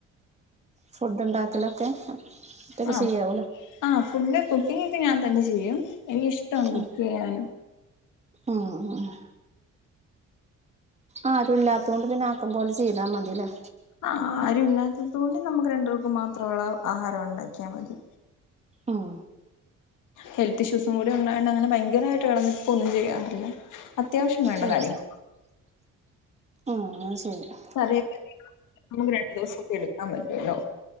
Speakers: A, on the right; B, on the left.
A: ഫുഡ് ഉണ്ടാക്കലൊക്കെ ഒറ്റക്ക്
B: ആ
A: ചെയ്യാവൂലേ
B: ആ ഫുഡ് കുക്കിംഗ് ഞാൻ തന്നെ ചെയ്യും എനിക്കിഷ്ടമാണ്
A: ഉം
B: കുക്ക് ചെയ്യാന്
A: ഉം ആ ആരും ഇല്ലാത്ത കൊണ്ട് പിന്നെ ആക്കുമ്പോലെ ചെയ്താ മതില്ലേ
B: ആ ആരും ഇല്ലാത്തതുകൊണ്ട് നമുക്ക് രണ്ടു പേർക്കും മാത്ര ഉള്ള ആഹാരം ഉണ്ടാക്കിയാൽ മതി
A: ഉം
B: ഹെൽത്ത് ഇഷ്യൂസും കൂടി ഉണ്ടായണ്ട് അങ്ങനെ ഭയങ്കരമായിട്ട് കിടന്നിപ്പോ ഒന്നും ചെയ്യാറില്ല അത്യാവശ്യം വേണ്ട
A: ഉം
B: കാര്യം
A: ആ പിന്നെ
B: കറിയൊക്കെ നമുക്ക് രണ്ടു ദിവസൊക്കെ എടുക്കാൻ പറ്റുവല്ലോ